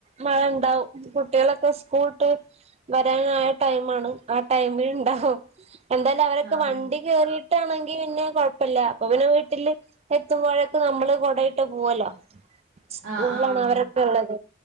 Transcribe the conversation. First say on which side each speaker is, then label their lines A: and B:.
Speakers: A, on the right (about 30°); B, on the right (about 75°).
A: മഴണ്ടാവും കുട്ടികളൊക്കെ സ്കൂൾട്ട് വരാനായ ടൈമാണ് ആ ടൈമിൽ ഇണ്ടാവും എന്താലും അവരൊക്കെ
B: ആഹ്
A: വണ്ടി കേറി ട്ടആണെങ്കി പിന്നെ കുഴപ്പല്ല അപ്പൊ പിന്നെ വീട്ടിൽ എത്തുമ്പോഴേക്ക് നമ്മള് കൊട ട്ട് പോവല്ലോ സ്കൂളാണ്
B: ആഹ് ആഹ്
A: അവരൊക്കെ ഉള്ളത്